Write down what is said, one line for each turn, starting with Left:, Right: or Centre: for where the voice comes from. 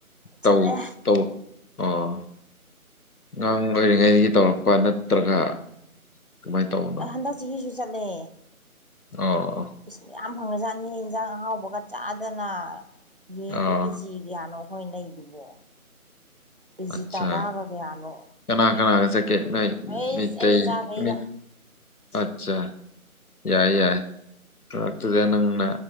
Right: ꯆꯠꯂꯦ
Left: ꯇꯧ ꯇꯧ ꯑꯣ ꯅꯪ ꯑꯣꯏꯔꯤꯉꯩꯗꯒꯤ ꯇꯧꯔꯛꯄ ꯅꯠꯇ꯭ꯔꯒ ꯀꯃꯥꯏ ꯇꯧ
Right: ꯍꯟꯗꯛ ꯆꯍꯤꯁꯨ ꯆꯠꯂꯦ
Left: ꯑꯣ
Right: ꯏꯁ ꯃꯌꯥꯝ ꯐꯪꯒ꯭ꯔꯖꯥꯠꯅꯤ ꯏꯟꯖꯥꯡ ꯑꯍꯥꯎꯕꯒ ꯆꯥꯗꯅ ꯌꯦꯟꯗꯣ
Left: ꯑꯣ
Right: ꯀꯦꯖꯤ ꯀꯌꯥꯅꯣ ꯃꯣꯏ ꯂꯩꯗꯨꯕꯣ ꯀꯦꯖꯤ
Left: ꯑꯠꯆꯥ
Right: ꯇꯔꯥꯒ ꯀꯌꯥꯅꯣ
Left: ꯀꯅꯥ ꯀꯅꯥꯒ ꯆꯠꯀꯦ ꯅꯣꯏ
Right: ꯍꯩꯁ
Left: ꯃꯩꯇꯩ
Right: ꯑꯩ ꯏꯆꯥꯒꯩꯒ
Left: ꯃꯤꯠ ꯑꯠꯆꯥ ꯌꯥꯏ ꯌꯥꯏ ꯉꯍꯥꯛꯇꯨꯗ ꯅꯪꯅ